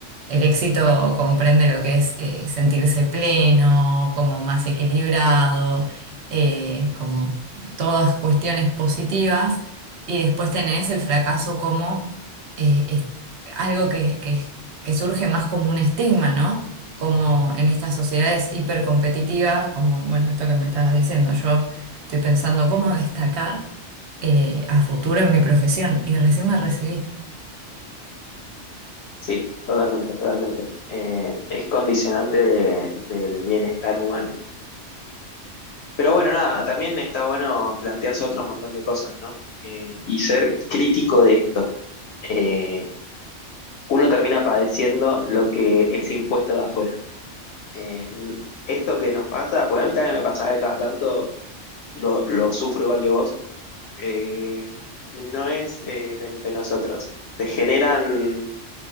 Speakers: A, on the right; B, on the left.
A: el éxito comprende lo que es eh, sentirse pleno, como más equilibrado, eh, como todas cuestiones positivas. Y después tenés el fracaso como eh, es- algo que, que- que surge más como un estigma, ¿no? Como en estas sociedades hipercompetitivas, como, bueno, esto que me estabas diciendo, yo estoy pensando cómo destacar eh, a futuro en mi profesión y recién me recibí.
B: Sí, totalmente, totalmente. Eh, es condicionante de- del bienestar humano. Pero bueno, nada, también está bueno plantearse otro montón de cosas, ¿no? Eh, y ser crítico de esto. Eh, uno termina padeciendo lo que es impuesto de afuera. Eh, esto que nos pasa, pues a mí también me pasa de cada tanto, lo, lo sufro igual que vos, eh, no es eh, de, de nosotros. Te generan